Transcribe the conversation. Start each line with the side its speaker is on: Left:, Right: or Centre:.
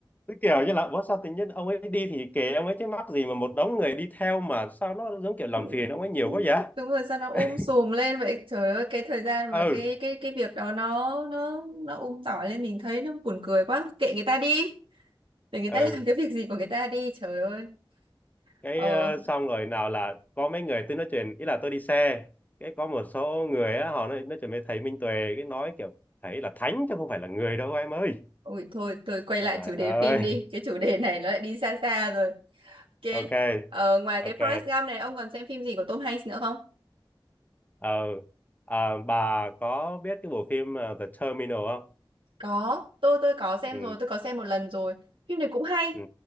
Left: tôi kiểu như là ủa sao tự nhiên ông ấy đi thì kệ ông ấy chứ mắc gì mà một đống người đi theo mà sao nó
Right: <laughs>
Left: giống kiểu làm phiền ông ấy nhiều quá vậy
Right: đúng rồi sao nó um
Left: <laughs>
Right: sùm lên vậy trời ơi cái thời gian
Left: ừ
Right: và cái cái cái việc đó nó nó nó um tỏi lên mình thấy nó buồn cười quá kệ người ta đi để người
Left: ừ
Right: ta <laughs> làm cái việc gì của người ta đi trời ơi
Left: cái
Right: ờ
Left: ờ, xong rồi nào là có mấy người tôi nói chuyện ý là tôi đi xe cái có một số người á họ nói nói chuyện với thầy Minh Tuệ cái nói kiểu thầy là thánh chứ không phải là người đâu em ơi
Right: Ui thôi tôi quay lại
Left: trời
Right: chủ đề
Left: ơi
Right: phim đi Cái chủ đề này nó lại đi xa xa rồi Ok
Left: <laughs> ok
Right: ờ, Ngoài cái
Left: ok
Right: Forrest Gump này Ông còn xem phim gì của Tom Hanks nữa không
Left: ờ Ờ, bà có biết cái bộ phim ờ, The Terminal không
Right: Có tôi tôi có xem
Left: ừ
Right: rồi Tôi có xem một lần rồi Phim này cũng hay
Left: ừ